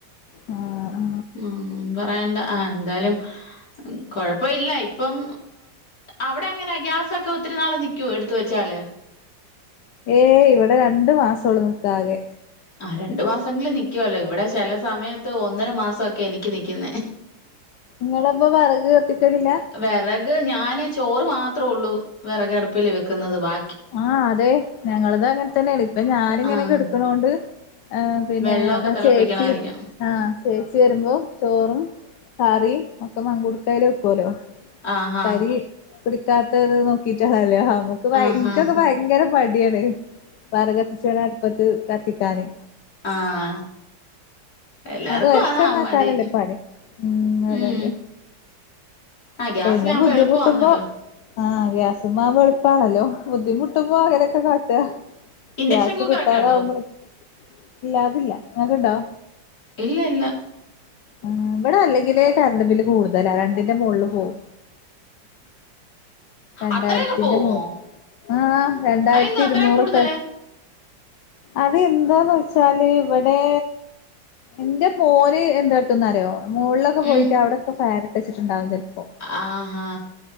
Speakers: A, on the left; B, on the left.
A: ആ ആ
B: ഉം പറയണ്ട ആ എന്തായാലും കൊഴപ്പം ഇല്ല, ഇപ്പം അവിടെ എങ്ങനെ ഗ്യാസൊക്കെ ഒത്തിരി നാള് നിക്കോ എടുത്തു വെച്ചാല്
A: ഏയ് ഇവിടെ രണ്ടു മാസൊള്ളൂ നിക്ക ആകെ
B: ആഹ് രണ്ടു മാസെങ്കിലും നിക്കുവല്ലേ ഇവിടെ ചെല സമയത്ത് ഒന്നര മാസൊക്കെ എനിക്ക് നിക്ക്ന്നെ
A: ഇങ്ങള് അപ്പൊം വെറക് കത്തിക്കലില്ലാ
B: വെറക് ഞാന് ചോറ് മാത്രേ ഉള്ളൂ വെറകടുപ്പില് വെക്കുന്നത് ബാ
A: ആഹ് അതെ ഞങ്ങളത് അങ്ങൻ തന്നെയാണ് ഇപ്പം ഞാനിങ്ങനെ
B: ആഹ്
A: കെടക്കണോണ്ട് ആഹ് പിന്നെ
B: വെള്ളമൊക്കെ
A: ആഹ്
B: തിളപ്പിക്കണമായിരിക്കും
A: ചേച്ചി ആഹ് ചേച്ചി വരുമ്പോ ചോറും കറിയും ഒക്കെ മങ്കുകുടുക്കേല് വെക്കുലു
B: ആഹാ
A: കരി പിടിക്കാത്തത് നോക്കിട്ടാണല്ലേ ഹമ്മക്ക് ഭയങ്കര
B: ആഹാ
A: ഇനിക്കൊക്കെ
B: ഹാ
A: ഭയങ്കര മടിയാണ് വെറക് കത്തിച്ച് വേണം അടുപ്പത്ത് കത്തിക്കാന്
B: ആഹ് എല്ലാർക്കും
A: അത് ഒരച്ചന്നാക്കാനല്ലേ
B: അതാ മടി
A: പണി അതന്നെ
B: ഉം ആ ഗ്യാസിലാകുമ്പോ
A: പിന്നെ ബുദ്ധിമുട്ടുമ്പോ
B: എളുപ്പമാന്നല്ലോ
A: ആഹ് ഗ്യാസുമാവു എളുപ്പാണല്ലോ ബുദ്ധിമുട്ടുമ്പോ അങ്ങനെയൊക്കെ കാട്ട്അ
B: ഇൻഡക്ഷൻ
A: ഗ്യാസ്
B: കുക്കറൊക്കെ
A: കിട്ടാതമ്പോളെ
B: ഉണ്ടോ
A: ഇല്ലാ തില്ല ങ്ങൾക്ക് ഇണ്ടോ
B: ഇല്ല ഇല്ല
A: ആഹ് ഇവിടെ അല്ലെങ്കില്ലേ കരണ്ട് ബില്ല് കൂടുതലാ രണ്ടിന്റെ മോള്ള് പോവും രണ്ടാരത്തിന്റെ
B: അത്രയൊക്കെ പോവോ
A: മോ ആഹ് രണ്ടായിരത്തി
B: അയെന്താ അത്രയും
A: ഇരുന്നൂറൊക്കെ
B: കൂടുതല്
A: അത് എന്താന്നോച്ചാല് ഇവിടെ എന്റെ മോന് എന്താട്ട്ന്നറിയോ മോള്ള് ക്കെ പോയിട്ട്
B: ഉം
A: അവിടൊക്കെ ഫാൻ ഇട്ട് വെച്ചിട്ടുണ്ടാവും ചെലപ്പോ
B: ആഹാ